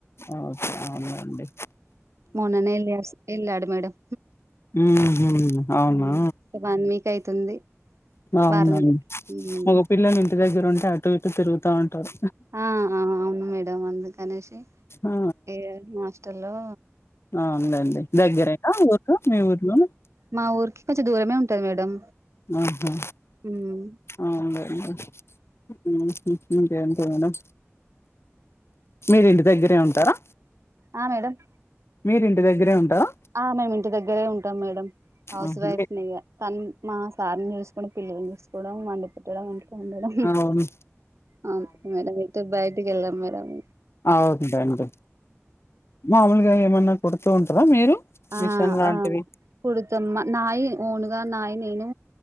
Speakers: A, on the left (about 55°); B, on the right (about 70°).
A: ఓకే అవునండి
B: మొన్ననే వెళ్ళాడు మేడం
A: ఉ హు
B: హ్మ్.
A: అవునా
B: వన్ వీక్ అయితుంది
A: అవునండి
B: వారం రోజులు హ్మ్.
A: మొగ పిల్లలు ఇంటి దగ్గర ఉంటే అటు ఇటు తిరుగుతా ఉంటారు
B: ఆ అవును మేడం అందుకనేసి
A: ఆ
B: ఇగ హాస్టలో
A: ఆ ఉండండి దగ్గరేనా ఊరు మీ ఊర్లోను
B: మా ఊరికి కొంచెం దూరమే వుంటది మేడం
A: అవునా
B: హ్మ్.
A: ఆ ఉంట ఉ అంతే అంతే మేడం మీరు ఇంటి దగ్గరే ఉంటారా
B: ఆ మేడమ్
A: మీరు ఇంటి దగ్గరే ఉంటారా
B: ఆ మేము ఇంటి దగ్గరే ఉంటాం మేడం హౌస్
A: ఆహా!
B: వైఫ్
A: మీ
B: ని ఇగ పని మా సార్ ని చూసుకోవడం పిల్లల్ని చూసుకోవడం వండి పేట్టడం ఇంట్లో ఉండడం
A: అవును
B: అవును మేడమ్ ఎటు బయటకి వెళ్ళాం మేడమ్
A: అవునులేండి మామూలుగా ఏమన్నా కుడుతూ ఉంటారా మీరు
B: ఆ
A: మిషన్ లాంటివి
B: ఆ కుడతమ్ నాయి ఓనుగా నాయి నేను